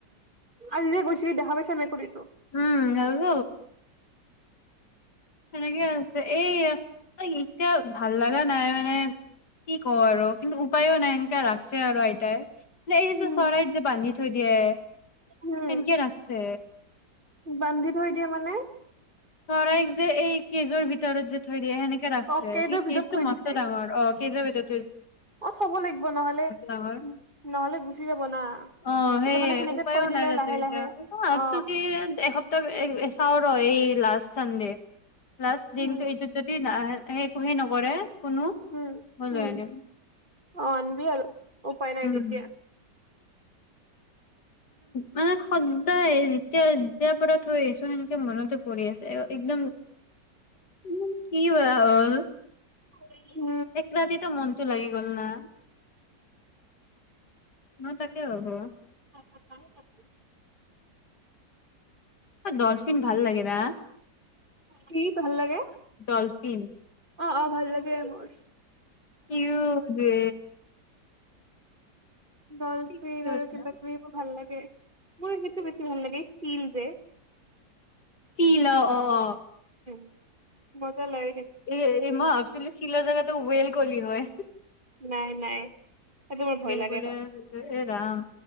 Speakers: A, on the right; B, on the left.
A: আৰু নিজে গৈছি দেহা পইচা মেকুৰী তো
B: উম হেল্ল সেনেকে আছে এই ইতিয়া ভাল লগা নাই মানে কি ক আৰু কিন্তু উপায়ো নাই ন এেৰাখছে আৰু আইটাই লে এই যে
A: উম
B: চৰাইত যে বান্ধি থৈ দিয়ে
A: উম
B: তেনকে ৰাখছে
A: বান্ধি থৈ দিয়ে মানে
B: চৰাইক যে এই কেজুৰ ভিতৰত যে থৈ দিয়ে সেনেকে ৰাখছে
A: অ কেইজৰ
B: কি
A: ভিতৰত
B: কেচটো
A: থৈ
B: মস্ত
A: দিছে
B: ডাঙৰ অ কেইজোৰ ভিতৰ
A: অ থব লাগিব নহলে
B: ডাঙৰ
A: নহলে গুচি যাব না
B: অ সেইয়ে
A: এতিয়া মানে সেনেকে
B: উপায়ো
A: থৈ দিলে
B: নাই তাতে
A: লাহে
B: এতিয়া
A: লাহে
B: ভাবছো
A: অ
B: কি এসপ্তাহ চাও ৰ এই লাষ্ট চান্দে লাষ্ট দিনটো
A: উম
B: এইটো যদি না এক হেই নকৰে কোনো
A: উম
B: মই লৈ
A: উম
B: আনিম
A: অ আনবি আৰু। উপাই নাই
B: উম
A: তেতিয়া।
B: মানে সদায় যেতিয়া যেতিয়া পৰা থৈ আহিছোঁ সেনেকে মনতে পৰি আছে। একদম একম কি হ'ল,
A: <unintelligible>
B: এক ৰাতিতে মনটো লাগি গল না? মই তাকে ভাবোঁ।
A: ত কালাক
B: ডলফিন ভাল লাগে ন
A: কি ভাল লাগে
B: ডলফিন
A: অ অ ভাল লাগে মোৰ
B: কিউট বে
A: দলফিন
B: কি কিউট
A: আৰু কিবাকিবি
B: না।
A: বোৰ ভাল লাগে। মোৰ সেইটো বেছি ভাল লাগে। ষ্টীল যে,
B: তিল। অ, অ, অ।
A: উ, মজা লাইফ।
B: এ এ মই ভাবিলোঁ চিলোৱা জেগাটো বেলকলি হয়।
A: নাই নাই সেইটো মোৰ ভয়
B: বেলকলি
A: লাগে ৰ
B: আৰু এনেকে এ ৰাম,